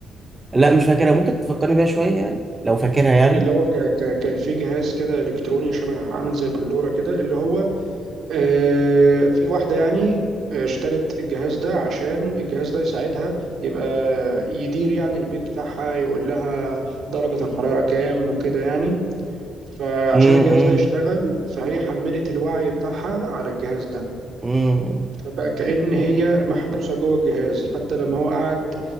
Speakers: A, on the right (about 20°); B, on the right (about 55°).
A: لا مش فاكرها ممكن تفكرني بيها شويه يعني لو فاكرها يعني
B: اللي هو ك- ك- كان في جهاز كده إلكتروني شبه عامل زي بلورة كده اللي هو آه، في واحدة يعني آه، اشترت الجهاز ده عشان الجهاز ده يساعدها يبقى يدير يعني البيت بتاعها يقول لها درجة الحرارة كام وكده يعني فعشان
A: امم
B: الجهاز ده يشتغل فهي حملت الوعي بتاعها على الجهاز ده
A: امم
B: فبقى كأن هي محبوسة جوه الجهاز حتى لما هو قعد